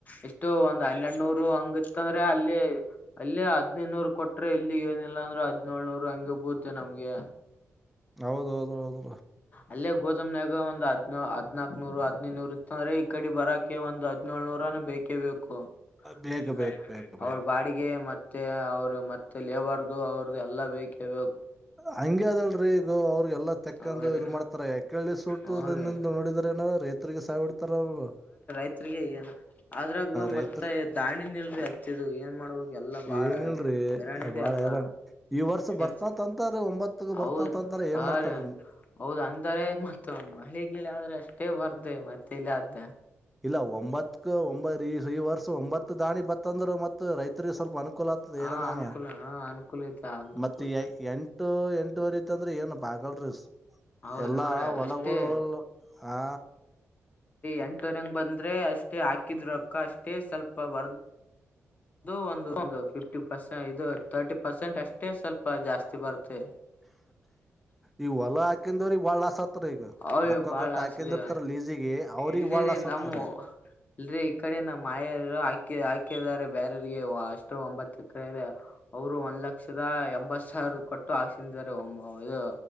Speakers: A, on the left (about 30°); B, in the centre.
A: ಎಷ್ಟು ಒಂದ್ ಹನ್ನೆರಡ್ನೂರು ಹಂಗಿತ್ತ ಅಂದ್ರೆ ಅಲ್ಲಿ ಅಲ್ಲೇ ಹದ್ನೈದುನೂರು ಕೊಟ್ರೆ ಇಲ್ಲಿ ಏನಿಲ್ಲಾ ಅಂದ್ರೂ ಹದನೇಳ್ನೂರ್ ಹಂಗೆ ಬೂತೆ ನಮ್ಗೆ
B: ಹೌದ ಹೌದು ಹೌದು
A: ಅಲ್ಲೇ ಗೋದಾಮ್ನಾಗ ಒಂದ್ ಹದ್ ಹದನಾಕ್ ನೂರು ಹದ್ೈದುನೂರು ಇತ್ತಂದ್ರ ಈ ಕಡೆ ಬರ ಒಂದು ಹದಿನೇಳು ಬೇಕೇ ಬೇಕು
B: ಬೇಕ
A: ಇಲ್ಲ
B: ಬೇಕ್ ಬೇಕ ಬೇಕ್
A: ಅವ್ರ ಬಾಡಿಗೆ ಮತ್ತೆ ಮತ್ತೆ ಅವರು ಮತ್ತೆ ಲೇಬರ್ದು ಅವ್ರದು ಎಲ್ಲ ಬೇಕೇ ಬ
B: ಹಂಗೆ ಅದಲ್ರೀ ಈಗ ಅವ್ರಿಗೆಲ್ಲಾ ತೆಕ್ಕಂದು
A: ಅವ್ರಿ
B: ಇ್ ಮಾಡ್ತಾರ ಯಕೇಳಳ್ಳಿ ಸೂತ
A: ಹ್ಮ್
B: ನಿಿಂದ
A: ರೀ
B: ನೋಡಿದ್ರ ಏನಾರ ರೈತರಿರಿಗೆ ಸಾವಿಡ್ತಾರ ಅವರು
A: ಚತ್ಗೆ ಏನು ಅದ್ರಾಗ
B: ರೈತರ
A: ಮತ್ತೆ ದಾಣಿನಿಲ್ರಿ ಹಚ್ಚಿದ ಏನ್ ಮಾಡ್ಬೇಕು ಎಲ್ಲಾ ಬಾಳ
B: ಏನಿಲ್ರಿ
A: ಹರಾಣ್ಯದ
B: ಬಾಳ
A: ಎಲ್ಲ
B: ಹೈರಾಣ ಈ ವರ್ಷ ಬರ್ತತ್
A: ಏನ್
B: ಅಂತಾರ ಒಂಬತ್ತಕ್
A: ಹೌದ
B: ಬರ್ತತ್ ಅಂತಾರ ಏನ್
A: ಹ
B: ಮಾಡ್ತಾರ
A: ರ ಹೌದ್ ಅಂದಾರೆ ಮತ್ತ ಮಳಿಗಳ ಆದ್ರೆ ಅಷ್ಟ ಅಟ್ಟೇ ಬರ್ ಮತ್ತೆ ಇಲ್ಲಿ ಆದ್ದೆ
B: ಇಲ್ಲ ಒಂಬತ್ಕ ಒಂಬ ಈ ಈ ವರ್ಷ ಒಂಬತ್ತು ದಾಣಿ ಬತ್ತಂದ್ರರು ಮತ್ತ ರೈತರಿರಿಗೆ ಸ್ವಲ್ಪ ಅನುಕೂಲ ಆಗ್ತದ
A: ಹಾ
B: ಏನನೇನ
A: ಅನುಕೂಲ ಹ ಅನುಕೂಲ ಐತೆ ಅನುಕೂಲ
B: ಮತ್ತ ಎಂಟು ಎಂಟುವರೆ ಇತ್ತಂದ್ರೆ ಏನಪ್ಪ ಆಗಲ್ರಿೀ
A: ಅವ್ರ
B: ಎಲ್ಲಾ
A: ಅವ್ರ
B: ಹೊಲಗಳು
A: ಅಷ್ಟೇ
B: ಆ
A: ಎಂಟುವರೆಂಗ ಬಂದ ಆದ್ರೆ ಅಷ್ಟೇ ಹಾಕಿದ್ರಕ್ಕ ಅಷ್ಟೇ ಸ್ವಲ್ಪ ಬರ್ ಅದು ಒಂದು ಫಿಫ್ಟಿ ಪರ್ಸೆ ಇದು ತರ್ಟಿ ಪರ್ಸೆಂಟ್ ಅಷ್ಟೇ ಸ್ವಲ್ಪ ಜಾಸ್ತಿ ಬರುತ್ತೆ
B: ಈಗ ಹೊಲ ಹಾಕಿಂದವ್ರಿಗೆ ಬಾಳ ಲಾಸ್ ಆತ್ರಿ ಈಗ
A: ಅಯ್ಯ
B: ರೊಕ್ಕ
A: ಬಾಳ
B: ಕೊಟ್ಟ
A: ಆಸ್ೆಿದೆ
B: ಹಾಕಿಂದಿರ್ತಾರ ಲೀಸಿಗೆ ಅವ್ರಿಗೆ
A: ಇಲ್ಲೇರೆ
B: ಬಾಳ ಲಾಸ್ ಆತದ್ರಿ
A: ನಮ್ಮ ಇಲ್ ಈ ಕಡೆ ನಮ್ಮ ಆಯ ಹಾಕ ಹಾಕಿದ್ದಾರೆ ಬೇರರಿಗೆ ಅಷ್ಟು ಒಂಬತ್ತು ಎಕರೆ ಇದೆ ಅವರು ಒಂದ್ ಲಕ್ಷದ ಎಂಬತ್ ಸಾವಿರದ ಕೊಟ್ಟು ಹಾಕ್ಸಿದ್ದಾರೆ ಒ ಇದು